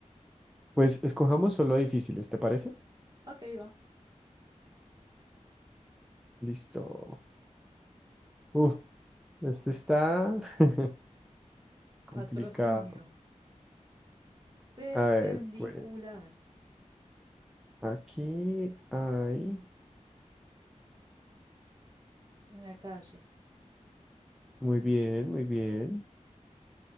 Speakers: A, in the centre; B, on the right (about 35°).
A: Pues escojamos solo difíciles, ¿te parece?
B: Ok, va.
A: Listo. Uf, este está <laughs> complicado.
B: Patrocinio. perpendicular
A: A ver, pues aquí hay...
B: una calle.
A: Muy bien, muy bien.